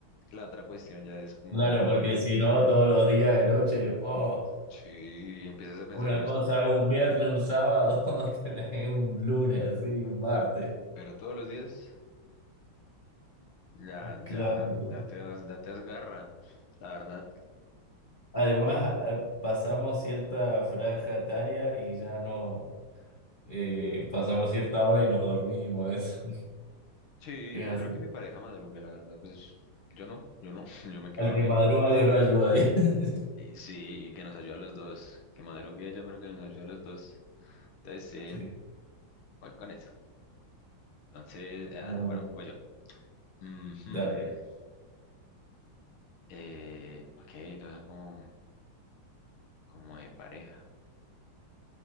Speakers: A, on the left; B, on the left.
A: La otra cuestión ya es como,
B: Claro, porque
A: mm,
B: si no, todos los días de noche, oh.
A: sí, empiezas a pensar,
B: Una
A: "Uy,
B: cosa un viernes, un sábado, <laughs> otra es un lunes, así, un martes.
A: pero todos los días ya,
B: Claro.
A: ya, ya te das, ya te das garra, la verdad.
B: Además, eh, pasamos cierta franja etaria y ya no eh, pasamos cierta hora y nos dormimos, eso. <laughs>
A: Sí,
B: Es
A: prefiero
B: así.
A: que mi pareja madrugue, la verdad, pues yo no, yo no, <laughs> yo me quedo
B: Al
A: dormido.
B: que madruga, Dios lo ayuda ahí. <laughs>
A: Y Sí, que nos ayude a los dos, que madrugue ella, pero que nos ayude a los dos. Entonces, sí,
B: Sí,
A: voy con eso. Entonces, ah,
B: bueno,
A: bueno, voy yo. Ujú.
B: dale.
A: Eh, ok, todas son como, como de pareja.